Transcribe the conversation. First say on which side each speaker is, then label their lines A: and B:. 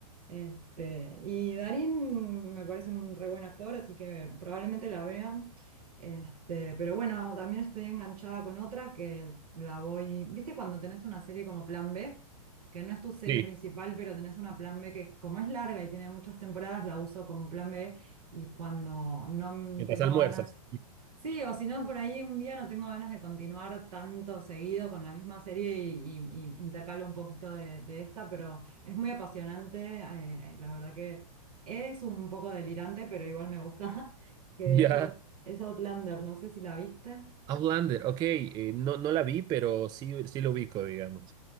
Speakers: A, on the right; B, on the right.
A: Este, y Darín me parece un re buen actor, así que probablemente la vea. Este, pero bueno, también estoy enganchada con otra que la voy, ¿viste cuando tenés una serie como Plan B? Que no es tu serie
B: sí,
A: principal, pero tenés una Plan B que como es larga y tiene muchas temporadas, la uso como Plan B y cuando no
B: mientras
A: tengo
B: almuerzas.
A: ganas Sí, o si no, por ahí un día no tengo ganas de continuar tanto seguido con la misma serie y, y- y intercalo un poquito de, de esta, pero es muy apasionante, eh, la verdad que es un poco delirante, pero igual me gusta, <laughs> que
B: Ya,
A: es, Out- es Outlander, no sé si la viste.
B: Outlander, ok, eh, no, no la vi, pero sí, sí lo ubico, digamos.